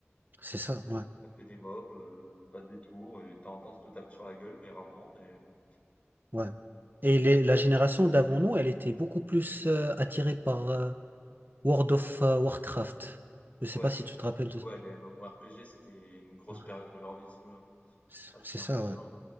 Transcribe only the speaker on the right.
c'est ça, ouais,
ouais. Et les- la génération d'avant nous, elle était beaucoup plus euh, attirée par euh, World of euh, Warcraft. Je sais
pas si tu te rappelles de.
Ouais,
C'est
c'est
ça, ouais.